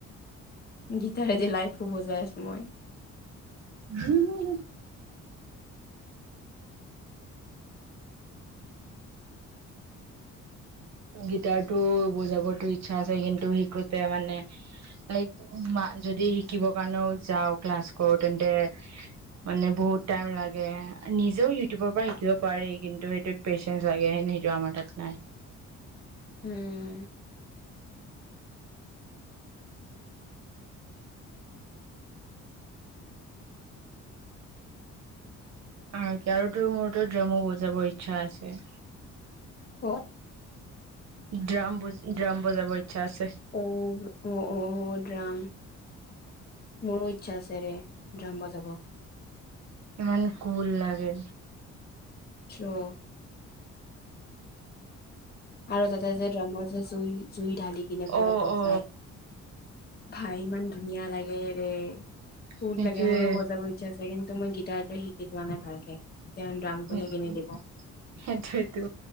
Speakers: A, on the left (about 30°); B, on the right (about 60°).
A: গীতাৰে যে লাই ফবজাই আ সময়
B: হোমহ গিটাৰটো বুজাবতো ইচ্ছা আছে কিন্তু শিকোতে মানে লাইক যদি শিকিবৰ কাৰণেও যাওঁ ক্লাছ কৰোঁ তেন্তে মানে বহুত টাইম লাগে নিজেও ইউটিউবৰ পৰা শিকিব পাৰি কিন্তু সেইটোত পেচেঞ্চ লাগে সেইটো আমাৰ তাত নাই
A: উম
B: আৰু কি আৰু তোৰ মোৰ ত ড্ৰামো বজাব ইচ্ছা আছে
A: বুত
B: ড্ৰাম বজ ড্ৰাম বজাব ইচ্ছা আছে
A: অ অ অ ড্ৰাম মোৰো ইচ্ছা আছে ৰে ড্ৰাম বযাব
B: ইমান কোল লাগে
A: ছ অ আৰু তাতে যে ড্ৰমৰ যে জুই জুই ঢালি কিনে পোৰা
B: অ
A: বযায়
B: অ
A: ভাই ইমান ধুনীয়া লাগে ৰে কোল
B: সেইটোৱে
A: লাগে মোৰো বজাব ইচ্ছা আছে কিন্তু ত মই গিটাৰটো শিকি থোৱা নাই ভালকে এতিয়া ড্ৰাম কোনে
B: সেইটোতো
A: কিনি দিব